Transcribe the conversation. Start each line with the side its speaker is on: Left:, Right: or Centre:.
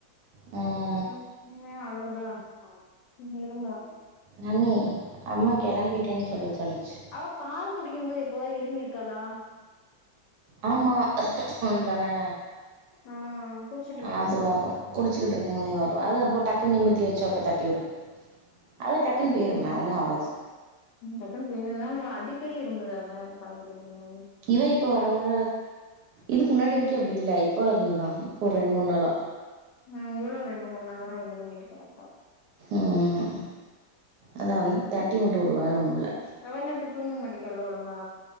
Right: ம்
Left: ந <unintelligible> அழுவுதா நீ இருங்க
Right: ரம்மி அம்மா கெளம்பிட்டேன் சொல்ல சொல்லுச்சு
Left: அவ பால் குடிக்கும் போது எப்பவாது இருமி இருக்காளா
Right: ஆமா தானே
Left: ஆ குடிச்சி
Right: அது வரும குடிச்சுகிட்டு இருக்கும் போதே வரு அது அப்போ டக்கு நிம்பத்தி வச்ச ஒருக்கா தட் டிவுடு அது டக்குன்னு போயிரும்மே ஒன்னு ஆவாது
Left: ம் டக்குன்னு போயிருந்தால அடிக்கடி இருமுறாளே பால் குடிக்கும்போது
Right: இவ இப்போ வர வர இதுக்கு முன்னாடி வரைக்கு அப்டி இல்லை இப்போ இருந்துதா இப்ப ரெண்டு மூன் நாளா
Left: ம் இவளு ரெண்டு மூணு நாளா தா இருமீட்டு கெடக்கா
Right: ம் அத வந்து தட்டி மட்டு வுடு வேற ஒன்னு இல்ல
Left: அவனா இப்ப தூங்க மாட்டேக்கால ஒழுங்கா